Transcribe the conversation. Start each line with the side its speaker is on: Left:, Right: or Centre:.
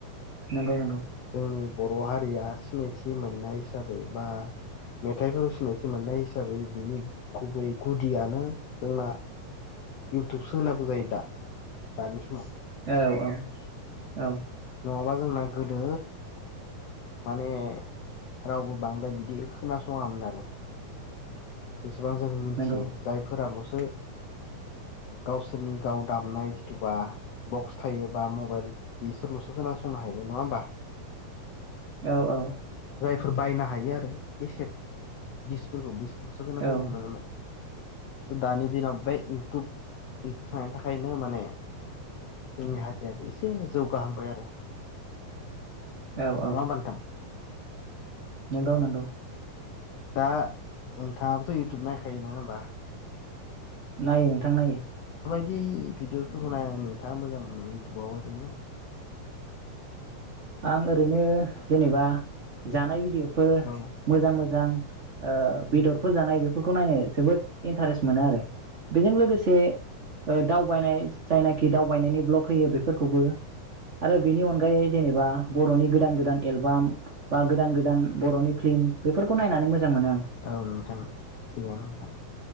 Right: नंगौ नंगौ
Left: जोंनि बर' हारिया सिनायथि मोननाय हिसाबै बा मेथाइफोराव सिनायथि मोननाय हिसाबै बिनि गुबै गुदियानो जोंना इउटुबसो होनना बुंजायो दा दानि समाव।
Right: औ औ औ
Left: नङाबा जोंना गोदो माने रावबो बांद्राय बिदि खोनासङामोन आरो बेसेबां जों मिथियो
Right: नंगौ
Left: जायफोराल ओ गावसोरनि गाव दामनाय जिथुबा बक्स थायो बा मबाइल बिसोरलसो खोनासंनो हायोबो नङा होमबा?
Right: औ औ
Left: फोर बायनो हायो आरो केसेट दिसफोरखौ बि बुसाव <unintelligible> खोनासंनो
Right: औ
Left: मोनोमोन। दानि दिनाव बे इउटुब इउटुब थानायनि थाखायनो माने जोंनि हारियाबो एसे जौगाहांबाय आरो
Right: औ औ
Left: नङा होमबा नोंथां
Right: नोंगौ नोंगौ।
Left: दा नोंथाङाबोथ' इउटुब नायखायो नङा होमबा?
Right: नायो नोंथां। नायो
Left: बिदि भिडिअसफोरखौ नायनानै नोंथाङा मोजां मोनो इयउटुबाव ओरैनो
Right: आं ओरैनो जेनेबा जानाय भिडिअ बेफोर
Left: औ
Right: मोजां मोजां ओ बेदरफोर जानाय बेफोरखौ नायनो जोबोद इन्टारेस्ट मोनो आरो बेजों लोगोसे दावबायनाय जायनाखि दावबायनायनि ब्लग होयो बेफोरखौबो आरो बेनि अनगायै जेनेबा बर'नि गोदान गोदान एलबाम बा गोदान गोदान बर'नि फिल्म बेफोरखौ नायनानै मोजां। मोनो
Left: औ नोंथां थिग <unintelligible> आनो नोंथां